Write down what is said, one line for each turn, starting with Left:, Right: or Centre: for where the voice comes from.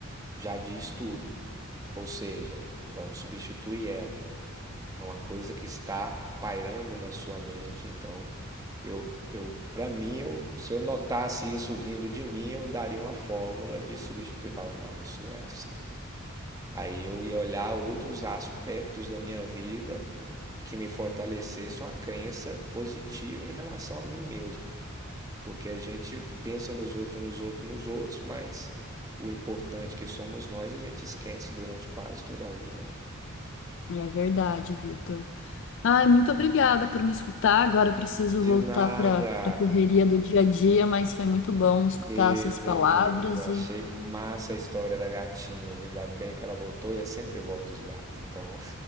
Right: já diz tudo. Ou seja, vamos substituir ela. É uma coisa que está pairando na sua mente, então eu eu para mim, eu, se eu notasse isso vindo de mim, eu daria uma fórmula de substituir, falo, não, isso não é assim. Aí eu ia olhar outros aspectos da minha vida que me fortalecesse uma crença positiva em relação a mim mesmo, porque a gente pensa nos outros, nos outros, nos outros, mas o importante que somos nós, a gente esquece durante quase toda a vida, né?
Left: É, é verdade, Vitor. Ai, muito obrigada por me escutar. Agora eu preciso
Right: De
Left: voltar
Right: nada.
Left: para a correria do dia a dia, mas foi muito bom escutar
Right: Beleza,
Left: essas palavras e
Right: achei massa a história da gatinha. viu? Ainda bem que ela voltou e é sempre volta os gatos. Então,